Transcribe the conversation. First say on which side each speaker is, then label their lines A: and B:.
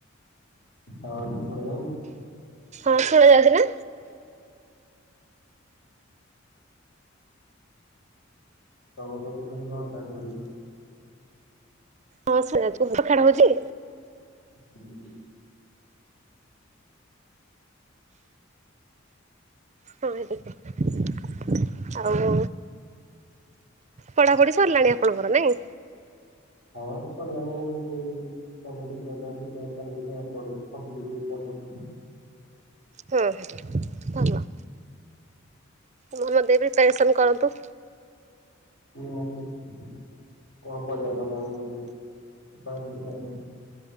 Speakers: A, on the left; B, on the right.
A: ହଁ ଶୁଣିଲନ୍
B: ହଁ ଶୁଣା ଯାଉଚିନା?
A: <unintelligible>
B: ହଁ ସେୟା, ପାଖାଳ ହୋଉଛି?
A: ହଁ।
B: ହ ଟିକେ। ଆଉ ପଢାପଢି ସରିଲାଣି ଆପଣଙ୍କର ନାଇଁ?
A: ହଁ ସରିଲାଣି ଏମିତି ଗୋର୍ମେଣ୍ଟ୍ ଏକ୍ଜାମ ପାଇଁ, ପ୍ରିପ୍ୟାରେସନ୍ ନିଜେ ଆଉ ପଢୁଛି କମ୍ପିଟେଟିଭ୍ ଏକ୍ଜାମ ପାଇଁ
B: ହୁଁ, ଭଲ। ମନ ଦେଇକି ପ୍ରିପ୍ୟାରେସନ୍ କରନ୍ତୁ।
A: ନିହାତୀ। କଣ କରିବା ମାନେ ଆଉ ଉପାୟ କିଛି ନାହିଁ।